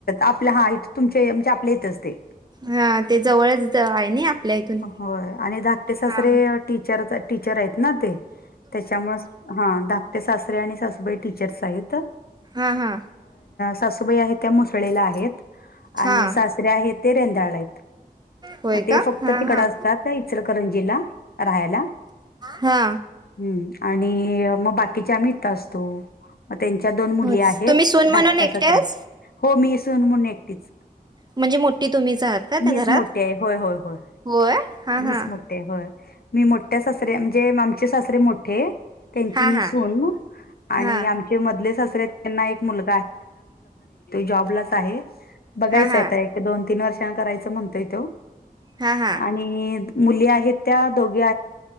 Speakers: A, on the left; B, on the right.
A: आपले येत असते
B: हा ते जवळच आहे ना आपल्या इथून
A: होय आणि धकटे सासरे
B: हा
A: टीचर टीचर आहेत ना ते त्याच्यामुळे हा ाट सासरे आणि सासूबाई टीचर्स आहेत
B: हा हा
A: सासूबाई आहे त्या मुसळला आहेत
B: हा
A: आणि सासरे आहेत ते रेंदाळ आहेत
B: होय
A: मग ते
B: का
A: फक्त
B: हा
A: तिकड
B: हा
A: असतात इचलकरंजीला राहायला
B: हा
A: हम्म आणि मग बाकीच्या मिठ असतो म त्यांच्या दोन मुली
B: हो
A: आहेत
B: तुम्ही सून म्हणून
A: धाकट्या
B: एकट्याच
A: सखत हो मी असून म्हून एकटीच
B: म्हणजे मोठी तुम्हीच आहात का त्या
A: मीच
B: घरात
A: मोठी आहे होय होय होय
B: होय हा
A: मीच
B: हा
A: मोठी आहे मी मोठ्या सासऱे म्हणजे आमचे सासरे मोठे त्यांची
B: हा
A: मी
B: हा
A: सून आणि
B: हा
A: आमचे मधले एक मु ल् जॉलाच आहे बघाय
B: हा हा
A: तीन वर्षांना करायचं म्हणतोय तो
B: हा हा
A: आणि मुली आहेत त्या दोघ ण